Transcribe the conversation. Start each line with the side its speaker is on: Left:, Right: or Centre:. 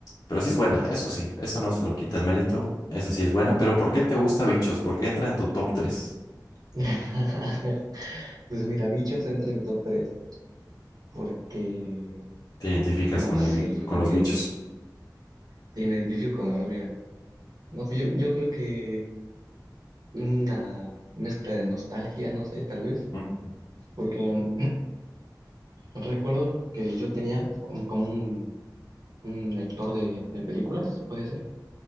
Left: pero sí es buena, eso sí, eso no se lo quita el mérito, esa sí es buena, pero ¿por qué te gusta Bichos? ¿Por qué entra en tu top tres
Right: <laughs> Pues mira, Bichos entra en mi top 3 porque,
Left: ¿Te identificas
Right: no
Left: con
Right: sé,
Left: el, bi-
Right: yo
Left: con
Right: creo
Left: los
Right: que
Left: bichos?
Right: sí me identifico con la hormiga. No, pues yo, yo creo que una mezcla de nostalgia, no sé, tal vez,
Left: Mm.
Right: porque <clears throat> recuerdo que yo tenía un- como un, un lector de, de películas, puede ser,